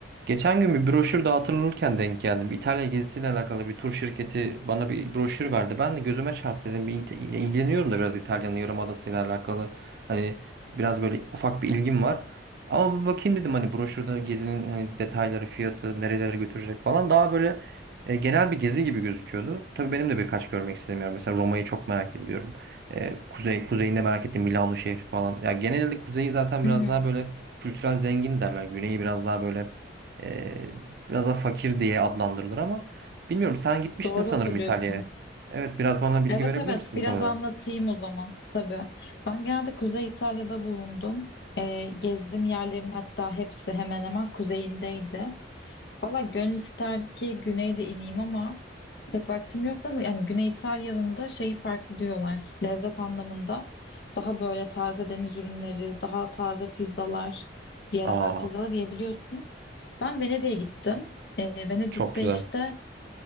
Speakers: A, on the right; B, on the left.
A: Geçen gün bir broşür dağıtılırken denk geldim. İtalya gezisiyle alakalı bir tur şirketi bana bir broşür verdi. Ben de gözüme çarptı dedim. Bir İt- ilgileniyorum da biraz İtalya'nın Yarımadası'yla alakalı. Hani biraz böyle ufak bir ilgim var. Ama bir bakayım dedim hani broşürde gezinin hani detayları, fiyatı, nerelere götürecek falan. Daha böyle e, genel bir gezi gibi gözüküyordu. Tabii benim de birkaç görmek istediğim yer. Mesela Roma'yı çok merak ediyorum. E, kuzey, kuzeyinde merak ettim Milano şehri falan. Ya genelde kuzeyi zaten
B: Hı
A: biraz
B: hı,
A: daha böyle kültürel zengin derler. Güneyi biraz daha böyle ee, biraz da fakir diye adlandırılır ama bilmiyorum sen gitmiştin
B: doğru
A: sanırım
B: hatırlıyorsun.
A: İtalya'ya. Evet biraz bana bilgi
B: Evet
A: verebilir
B: evet
A: misin
B: biraz
A: bu konuda?
B: anlatayım o zaman tabii. Ben genelde Kuzey İtalya'da bulundum. Ee, gezdiğim yerlerin hatta hepsi hemen hemen kuzeyindeydi. Valla gönül isterdi ki güneyde ineyim ama pek vaktim yoktu ama yani Güney İtalya'nın da şeyi farklı diyorlar. Lezzet anlamında daha böyle taze deniz ürünleri, daha taze pizzalar, yerel
A: Aa
B: pizzalar yiyebiliyorsun. Ben Venedik'e gittim. Ee, Venedik'te
A: çok güzel.
B: işte